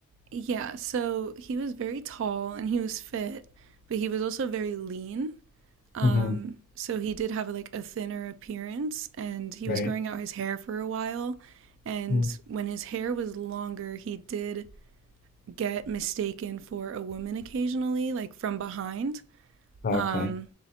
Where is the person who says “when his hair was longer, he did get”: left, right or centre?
Right